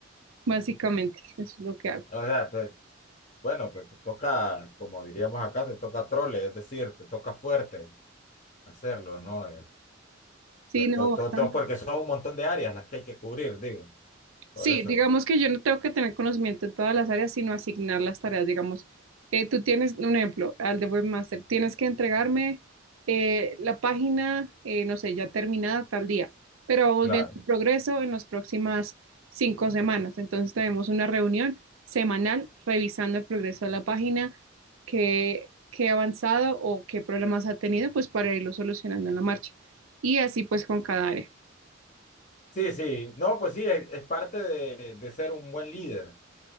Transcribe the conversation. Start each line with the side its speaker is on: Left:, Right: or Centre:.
Right: básicamente, eso es lo que hago.
Left: O sea, pues, bueno, pues te toca, como diríamos acá, te toca trole, es decir, te toca fuerte hacerlo, ¿no?
Right: Sí,
Left: El
Right: no,
Left: to-
Right: bastante.
Left: to- to- porque son un montón de áreas las que hay que cubrir, digo. Por
Right: Sí,
Left: eso,
Right: digamos que yo no tengo que tener conocimiento en todas las áreas, sino asignar las tareas. Digamos, eh, tú tienes un ejemplo al de webmaster, tienes que entregarme eh, la página, eh, no sé, ya terminada tal día, pero vamos
Left: claro.
Right: viendo el progreso en las próximas cinco semanas. Entonces tenemos una reunión semanal revisando el progreso de la página, qué, qué ha avanzado o qué problemas ha tenido, pues para irlo solucionando en la marcha. Y así pues con cada área.
Left: Sí, sí. No, pues sí, es, es parte de, de ser un buen líder,